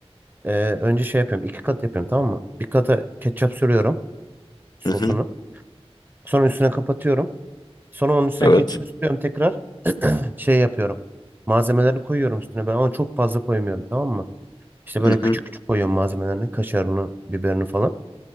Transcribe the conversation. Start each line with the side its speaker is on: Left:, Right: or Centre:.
Right: Eee, önce şey yapıyorum. İki kat yapıyorum tamam mı? Bir kata ketçap sürüyorum sosunu.
Left: Hı hı.
Right: Sonra üstüne kapatıyorum. Sonra onun üstüne
Left: Evet.
Right: ketçap sürüyorum tekrar. Şey yapıyorum. Malzemelerini koyuyorum üstüne ben ama çok fazla koymuyorum tamam mı? İşte böyle
Left: Hı hı.
Right: küçük küçük koyuyorum malzemelerini, kaşarını, biberini falan.